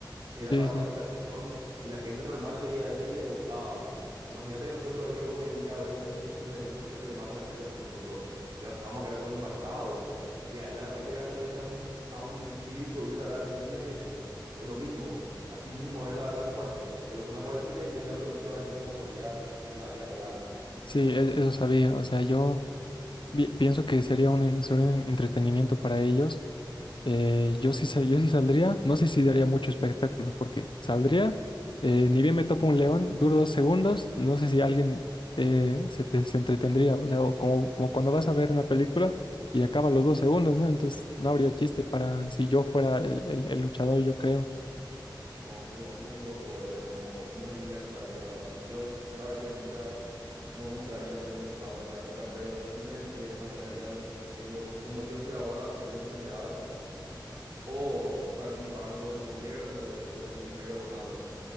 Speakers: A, on the right; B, on the left.
A: Era
B: Sí,
A: para
B: sí.
A: una distracción y la gente normal veía eso y le gustaba. Imagínate que nosotros ir hoy en día a ver un, un evento que se le mata a la gente frente a nosotros. Vea- Vamos a quedar todos impactados. Y a ella la gente era como irse a un, a un circo, irse a ver al cine, y- es lo mismo. Así mismo es la, la comparación. Que nosotros vamos al cine y ellos iban al coliseo a ver gente como moría en la vida real.
B: Sí, e- eso sabía. O sea, yo vi- pienso que sería un, en- sería un entretenimiento para ellos. Eh, yo sí, sa- yo sí saldría, no sé si daría mucho espectáculo, porque saldría, eh, ni bien me topo un león, duro dos segundos, no sé si alguien eh, se, te- se entretendría. O sea, o como, como cuando vas a ver una película y acaba los dos segundos, ¿no? Entonces no habría chiste para si yo fuera el, el el luchador, yo creo.
A: No, muy, muy loco, eh, como, como <laughs> vivía en esa época. Yo, yo la verdad que nunca, no me gustaría ser un esclavo en esa época, pero sí me, me imaginaría siendo, como yo soy ahora, siendo un general, o participar algo del gobierno del, del Imperio Romano,